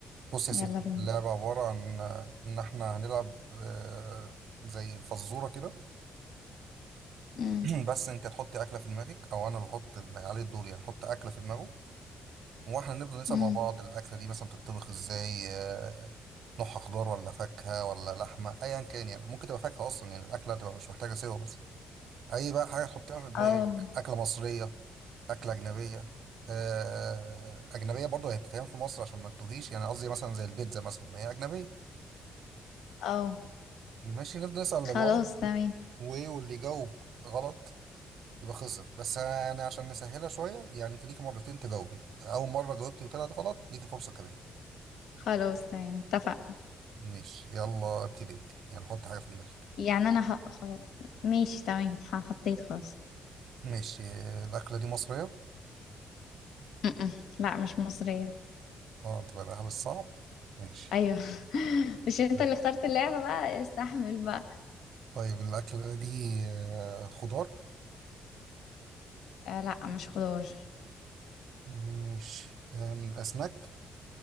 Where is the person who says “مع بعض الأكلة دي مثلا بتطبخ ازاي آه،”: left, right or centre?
Right